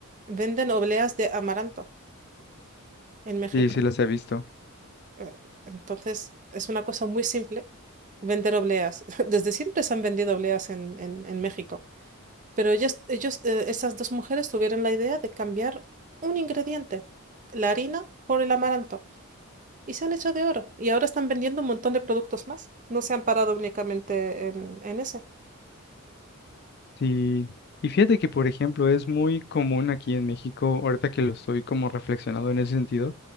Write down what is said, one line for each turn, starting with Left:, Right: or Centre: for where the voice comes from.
Right: Venden obleas de amaranto en México.
Left: Sí, sí las he visto.
Right: Eh, Entonces, es una cosa muy simple vender obleas. <laughs> Desde siempre se han vendido obleas en, en- en México. Pero ellos, ellos, eh, esas dos mujeres tuvieron la idea de cambiar un ingrediente, la harina, por el amaranto. Y se han hecho de oro. Y ahora están vendiendo un montón de productos más. No se han parado únicamente en, en ese.
Left: Sí, y fíjate que, por ejemplo, es muy común aquí en México, ahorita que lo estoy como reflexionando en ese sentido,